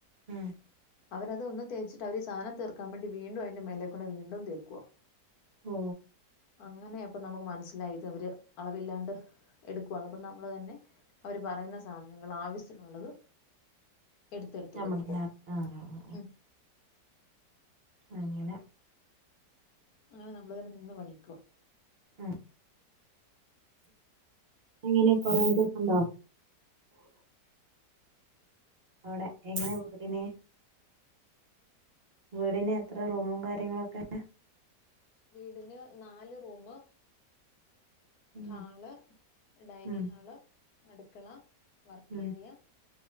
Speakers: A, on the right; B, on the left.
A: ഉം
B: അവരത് ഒന്ന് തേച്ചിട്ട് അവരീസാധനം തീർക്കാൻ വേണ്ടി വീണ്ടും അതിന്റെ മേലെകൂടെ വീണ്ടും തേക്കുവാ
A: ഓ
B: അങ്ങനെ പ്പം നമുക്ക് മനസ്സിലായി ഇദ് ഇവർ അളവില്ലാണ്ട് എടുക്കുവാ അപ്പനമ്മൾ തന്നെ അവര് പറയുന്ന സാധനങ്ങൾ ആവശ്യനുള്ളത് എടുത്തെടുത്ത്
A: നമ്മൾ
B: കൊടുക്കുവ
A: തന്നെ ആ ആ.
B: ഉം
A: അങ്ങനെ
B: അങ്ങനെ നമ്മളങ്ങനെ നിന്ന് പണിയിക്കും.
A: മ് അങ്ങനെ കൊറേതൊക്കണ്ടോ അവിടെ എങ്ങനെ വീടിന് വീടിന് എത്ര റൂമും കാര്യങ്ങളൊക്കെയ
B: വീടിന് നാല് റൂമ്
A: ഉം,
B: ഹാള് ഡൈനി
A: ഉം,
B: ഹാള് അടുക്കള വർക്കേരിയ
A: ഉം.